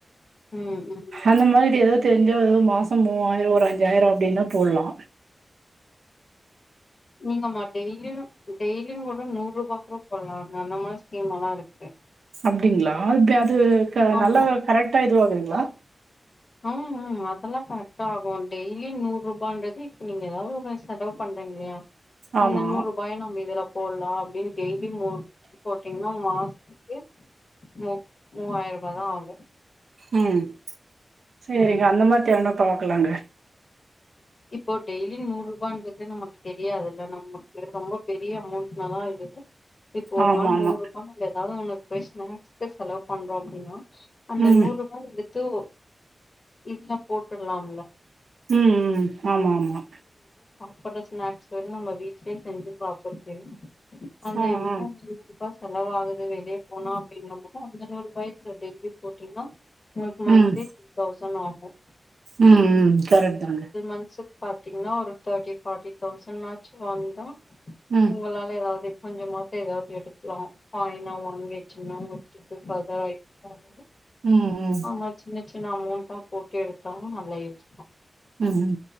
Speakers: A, on the left; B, on the right.
A: ம்
B: அந்த மாரி ஏதோத் தெரிஞ்சாவது மாசம் மூவாயிரோ ஒரு அஞ்சாயிரோ அப்பிடின்னா போலா
A: நீங்கம்மா டெய்லியு டெய்லியு கூட நூறுரூவாக் கூட போடலா அந்த மாரி ஸ்கீம்ல்லா இருக்கு
B: அப்பிடிங்களா கேத் து க
A: ஆமா
B: நல்ல கரெக்டாக இதுவகுதுாங்லா
A: ம்ம் அதெல்லா கரெக்டாகு டெய்லி நூறு ரூபான்றது இப்ப நீங்க ஏதாவது ஒரு செலவு பண்றீங்கல்லியா
B: ஆமா
A: அந்த நூறுரூபாய நம்ம இதுல போடலா அப்பிடின்னு டெய்லி மூ போட்டீங்கன்னா மாசத்துக்கு மூ மூவாயிரரூபாதா ஆகு
B: ம் சேரிங்க
A: ம்
B: அந்த மாரி தேவனப் பாக்கலாங்க
A: இப்போ டெய்லி நூறு ரூபான்றது நமக்கு தெரியாதுல்ல நமக்கு ரொம்ப பெரிய அமௌண்ட்னாதா இருது இப்போ ஒரு
B: ஆமா
A: நாள்
B: ஆமா
A: நூறு ரூபா நம்ம ஏதாவது ஒன்னு பே ஸ்நாக்ஸ்க்கு செலவு பண்றோ அப்பிடின்னா அந்த
B: ம்
A: நூறு ரூபா எடுத்து இதுல போட்டுலாம்ல்ல
B: ம் ம் ஆமா ஆமா
A: போற ஸ்நாக்ஸ்க் நம்க் வீட்லியே செஞ்சி சாப் கே அந்த
B: ஆ ஆ
A: <unintelligible> குறிப்பா செலவாகுது வெளியே போனா அப்பிடின்ன கூடு <unintelligible> ஒய்ட்ல டெகி போட்டீங்கன்னா ஒனக்கு மந்திலி
B: ம்
A: சிக் தவுஸ் சொன்னா ஆகு
B: ம் ம் கரெக்ட் தாங்க
A: ஒன்ஸுக் பாத்தீங்னா ஒரு தேர்ட்டி ஃபாட்டி தவுசனாச்சு வாங்குதோ
B: ம்
A: உங்களால எதாவ்து கொஞ்சமாத்த எதாவ்து எடுக்லா காய்னா வாங்கி வச்சிங்னா உங்க <unintelligible>
B: ம் ம்
A: ஆமா சின்ன சின்ன அமௌன்ட்டா போட்டு எடுத்தாலு‌ நல்ல யூஸ் தா
B: ம்